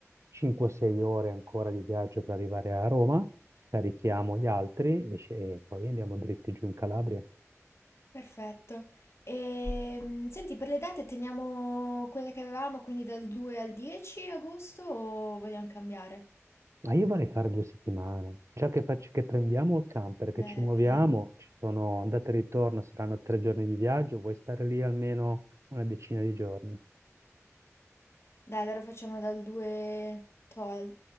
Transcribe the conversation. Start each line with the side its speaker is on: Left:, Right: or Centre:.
Right: 5-6 ore ancora di viaggio per arrivare a Roma, carichiamo gli altri e sce- e poi andiamo dritti giù in Calabria.
Left: Perfetto. E, senti, per le date teniamo quelle che avevamo, quindi dal 2 al 10 agosto o vogliamo cambiare?
Right: Ma io vorrei fare due settimane, già che, facci- che prendiamo il camper, che
Left: Beh,
Right: ci muoviamo,
Left: è vero.
Right: ci sono andate e ritorno, saranno tre giorni di viaggio, vuoi stare lì almeno una decina di giorni?
Left: Dai, allora facciamo dal 2 tol...